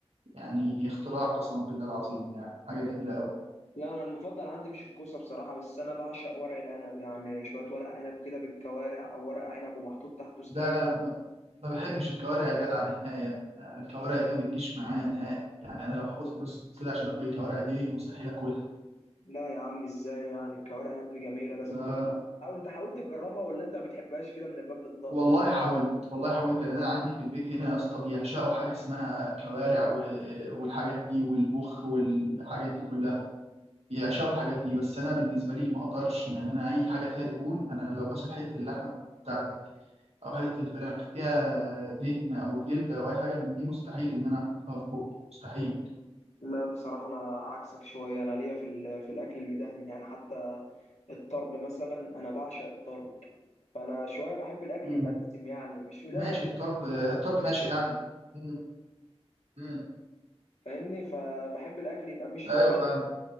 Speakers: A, on the right; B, on the left.
A: يعني اختراع قسما بالله العظيم يعني حاجة جميلة أوي
B: لا انا المفضل عندي مش الكوسه بصراحه بس انا بعشق ورق العنب يعني شويه ورق عنب كده بالكوارع او ورق عنب ومحطوط تحته ستيك
A: ده أنا ب- ما بحبش الكوارع يا جدع نهائي يعني الكوارع دي ما بتجيش معايا نهائي يعني أنا لو هاخد فلوس كده عشان آكل الكوارع دي مستحيل آكلها
B: لا يا عم ازاي يعني الكوارع يا ابني جميله لازم
A: لا
B: ت... او انت حاولت تجربها ولا انت ما بتحبهاش كده من الباب للطاق
A: والله حاولت والله حاولت يعني أنا عندي في البيت هنا يا اسطى بيعشقوا حاجة اسمها كوارع و... والحاجات دي والمخ والحاجات دي كلها بيعشقوا الحاجات دي بس أنا بالنسبة لي ما أقدرش يعني أنا أي حاجة فيها دهون أنا لو مثلا حتة اللحمة بتاعت او حته الفراخ فيها دهن او جلد او اي حاجه من دي مستحيل ان انا احطها في بوقي مستحيل
B: لا بصراحه انا عكسك شويه انا ليا في ال... في الاكل المدهن يعني حتى الطرب مثلا انا بعشق الطرب فانا شويه بحب الاكل
A: مم.
B: يبقى دسم يعني مش مدهن
A: ماشي الطرب الطرب ماشي يعني مم. مم.
B: فاهمني فبحب الاكل يبقى مش
A: ايوه
B: مش
A: فاهم